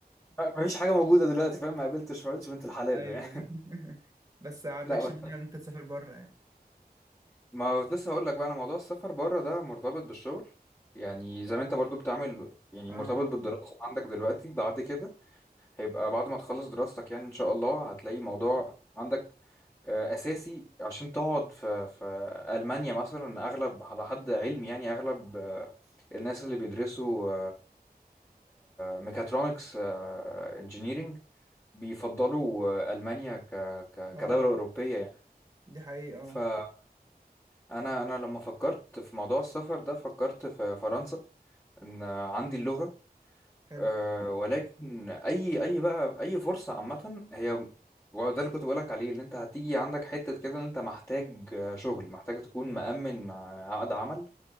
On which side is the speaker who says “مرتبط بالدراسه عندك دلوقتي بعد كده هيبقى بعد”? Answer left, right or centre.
Left